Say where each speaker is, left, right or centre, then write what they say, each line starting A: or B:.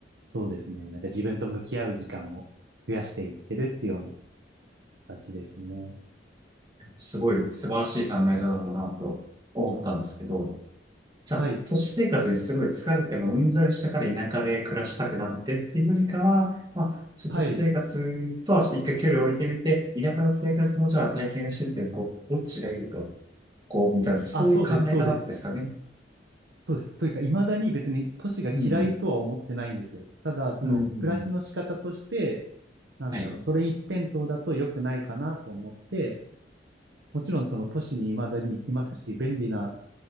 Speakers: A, on the right; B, on the right.
A: そうですね。なんか自分と向き合う時間を増やしていってるっていうような形ですね。
B: すごい素晴らしい考え方だなと思ったんですけど、じゃあ、
A: はい。
B: 都市生活にすごい疲れてもうんざりしたから田舎で暮らしたくなってっていうよりかは、まあ、ちょっと都市生活とは一回距離を置いてみて、
A: はい。
B: 田舎の生活もじゃあ体験してみて、こう、どっちがいいと、こう、みたいな、そういう考え方ですかね。
A: あ、そうです、そうです。そうです。というか、未だに別に都市が嫌いとは思ってないんですよ。
B: うん。
A: ただ、その暮らしの仕方として、
B: うん。
A: なんだろう、
B: はい。
A: それ一辺倒だと良くないかなと思って、もちろんその都市に未だに行きますし、便利な